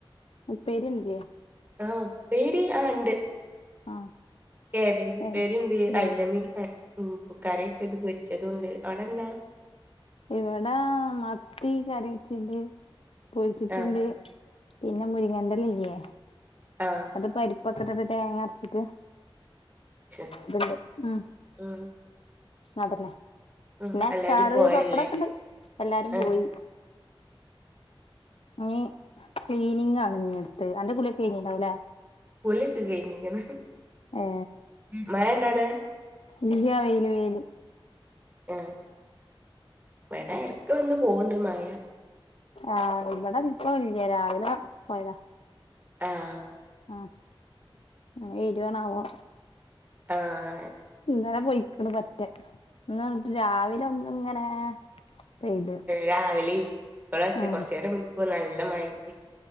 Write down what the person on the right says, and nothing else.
ആഹ് ഉപ്പേരി ആ ഉണ്ട്
കേബേജ് ഉപേരിണ്ട്
അയ്ലമീൻ
ക ഉം കറിവെച്ചതും പൊരിച്ചതും ഉണ്ട് അവിടെ എന്താ
ആഹ്
ആഹ്
ച
ഉം
ഉം
എല്ലാരും പോയല്ലേ
ആഹ്
കുളിയൊക്കെ കഴിഞ്ഞിക്കണ്.
മഴയുണ്ടോ അവിടെ?
ആഹ്, ഇവിടെ എടക്ക് വന്ന് പോകണ്ട് മഴ.
ആഹ്! !
ആഹ്! !
രാവിലെ ഇപ്പളൊക്കെ
കൊറച്ചു നേരം നല്ല മഴ ആയി പോയി.....